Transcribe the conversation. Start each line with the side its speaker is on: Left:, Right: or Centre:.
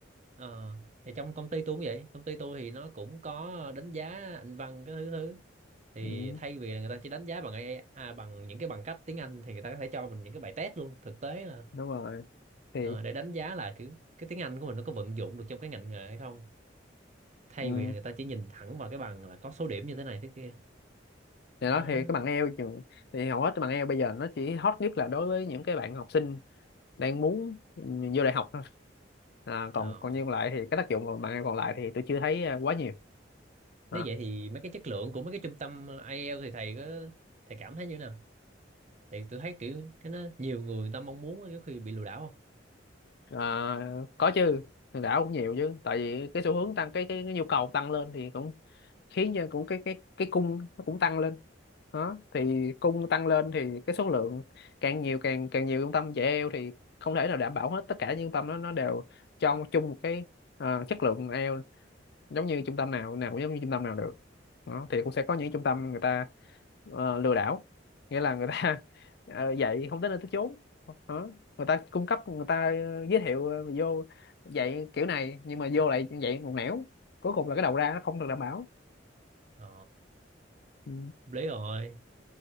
Right: Ờ, thì trong công ty tôi cũng vậy công ty tôi thì nó cũng có đánh giá anh văn cái thứ thứ thì
Left: ừ,
Right: thay vì là người ta chỉ đánh giá bằng AI, à, bằng những cái bằng cấp tiếng Anh thì người ta có thể cho mình những cái bài test luôn thực tế là
Left: đúng rồi thì
Right: ờ, để đánh giá là kiểu cái tiếng Anh của mình nó có vận dụng được trong cái ngành nghề hay không thay
Left: ừ.
Right: vì là người ta chỉ nhìn thẳng vào cái bằng là có số điểm như thế này thế kia
Left: thì
Right: đó
Left: đó thì cái bằng ai Eo thì, thì hầu hết cái bằng ai Eo bây giờ nó chỉ hot nhất là đối với những cái bạn học sinh đang muốn ừ, vô đại học thôi à, còn
Right: Ờ.
Left: còn như còn lại thì cái tác dụng còn bằng ai Eo còn lại thì tôi chưa thấy à, quá nhiều À,
Right: nếu vậy thì mấy cái chất lượng của mấy cái trung tâm IELTS thì thầy có thầy cảm thấy như thế nào tại tôi thấy kiểu cái nó nhiều người người ta mong muốn cái khi bị lừa đảo không
Left: Ờ, có chứ hòn đảo cũng nhiều chứ tại vì cái xu hướng tăng cái cái, cái nhu cầu tăng lên thì cũng khiến cho cũng cái cái cái cung nó cũng tăng lên đó thì cung tăng lên thì cái số lượng càng nhiều càng càng nhiều trung tâm dạy eo thì không thể nào đảm bảo hết tất cả những trung tâm đó nó đều cho chung một cái ờ, chất lượng eo giống như trung tâm nào nào cũng giống như trung tâm nào được đó, thì cũng sẽ có những trung tâm người ta ờ, lừa đảo nghĩa là người ta <laughs> ờ, dạy không tới nơi tới chốn đó. người ta cung cấp người ta giới thiệu ờ, vô dạy kiểu này nhưng mà vô lại dạy một nẻo cuối cùng là cái đầu ra nó không được đảm bảo
Right: ờ
Left: ừ.
Right: lý rồi